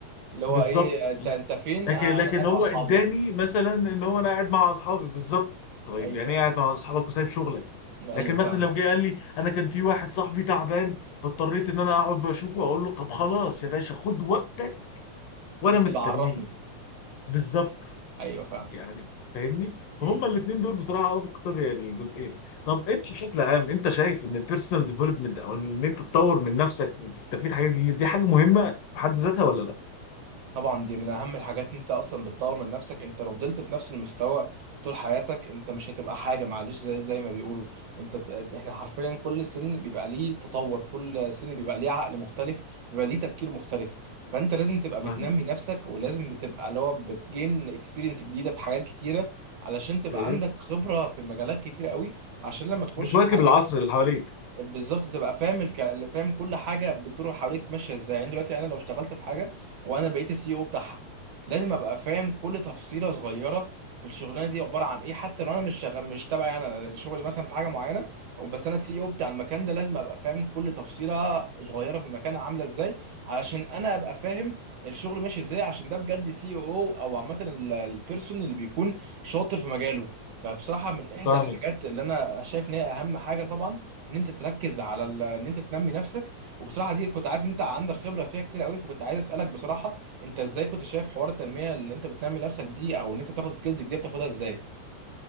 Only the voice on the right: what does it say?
اللي هو
ايه انت انت فين
آه،
انا قاعد
مع اصحابي
يعني
ايوه
ايوه
ايوه
فاهمك
بس
يبقى عرفني
ايوه فاهمك
مم.
طبعا دي من اهم الحاجات ان انت اصلا بتطور من نفسك انت لو فضلت في نفس المستوى طول حياتك انت مش هتبقى حاجه معلش زي زي ما بيقولوا انت ت- احنا حرفيا كل سن بيبقى ليه تطور كل سن بيبقى ليه عقل مختلف بيبقى ليه تفكير مختلف فانت لازم تبقى بتنمي
نفسك ولازم بتبقى اللي هو بتجين اكسبيرينس جديده في حاجات كتيره علشان تبقى
عندك خبره في مجالات كتيره قوي عشان لما تخش
في حاجه
بالظبط تبقى فاهم الك... فاهم كل حاجه بتدور حواليك ماشيه ازاي يعني دلوقتي انا لو اشتغلت في حاجه وانا بقيت السي او بتاعها لازم ابقى فاهم كل تفصيله صغيره في الشغلانه دي عباره عن ايه حتى لو انا مش شغ... مش تبعي يعني انا شغلي مثلا في حاجه معينه أو بس انا السي او بتاع المكان ده لازم ابقى فاهم كل تفصيله صغيره في المكان عامله ازاي علشان انا ابقى فاهم الشغل ماشي ازاي عشان ده بجد سي او او عامه البيرسون اللي بيكون شاطر في مجاله فبصراحه من احدى
الحاجات اللي انا شايف ان هي اهم حاجه طبعا ان انت تركز على ال... ان انت تنمي نفسك وبصراحه دي كنت عارف ان انت عندك خبره فيها كتير قوي فكنت عايز اسالك بصراحه انت ازاي كنت شايف حوار التنميه اللي انت بتنمي نفسك دي او ان انت بتاخد سكيلز دي بتاخدها ازاي؟